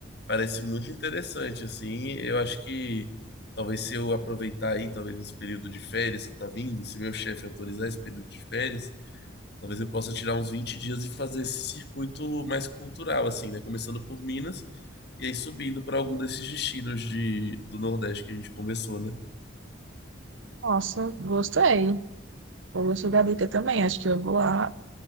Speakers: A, on the left; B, on the right.
A: parece muito interessante, assim. Eu acho que talvez se eu aproveitar aí, talvez esse período de férias que tá vindo, e se meu chefe autorizar esse período de férias, talvez eu possa tirar uns 20 dias e fazer esse circuito mais cultural, assim, né? Começando por Minas. E aí subindo para algum desses destinos de, do Nordeste que a gente conversou, né?
B: Nossa, gostei. Eu gostei da dica também. Acho que eu vou lá,